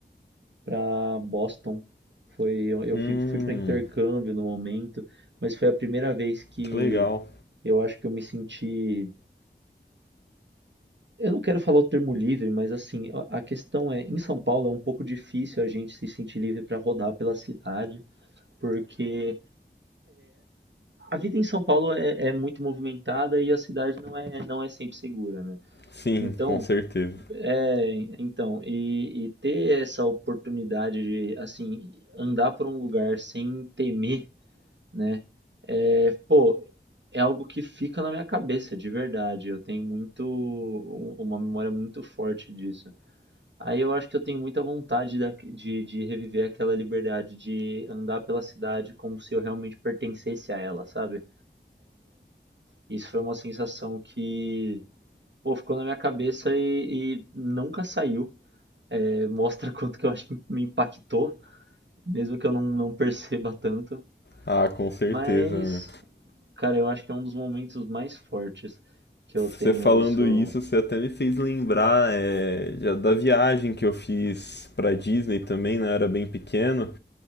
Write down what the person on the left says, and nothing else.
Hum,
que legal.
Sim,
com certeza.
Ah, com certeza,
né?
Você falando
isso, você até me fez lembrar é, já da viagem que eu fiz pra Disney também, né? Eu Era bem pequeno,